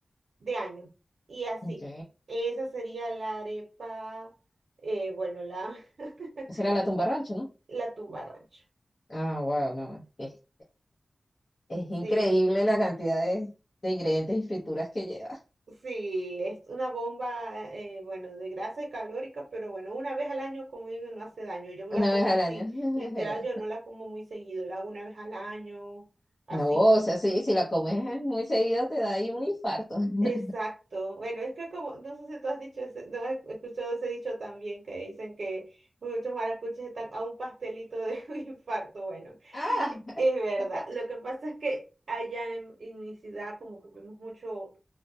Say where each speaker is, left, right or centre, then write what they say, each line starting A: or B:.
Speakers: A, on the right; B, on the left.
A: de año. Y así.
B: ok.
A: Esa sería la arepa, eh, bueno, la, <laughs>
B: Esa era la tumba rancho, ¿no?
A: la tumba rancho.
B: Ah, wow, no. Es, es
A: Sí.
B: increíble la cantidad de, de ingredientes y frituras que lleva
A: Sí, es una bomba, eh, bueno, de grasa y calórica, pero bueno, una vez al año, como digo, no hace daño. Yo
B: una
A: la como
B: vez al
A: así,
B: año, <laughs>
A: literal,
B: es verdad.
A: yo no la como muy seguido, la hago una vez al año, así.
B: No, o sea, sí, si la comes muy seguido te da ahí un infarto. <laughs>
A: Exacto. Bueno, es que como, no sé si tú has dicho ese, no has escuchado ese dicho también, que dicen que muchos maracuchos están a un pastelito de <laughs> un infarto. Bueno,
B: Ah,
A: e, es verdad.
B: tampoco.
A: Lo que pasa es que allá en, en mi ciudad, como comemos mucho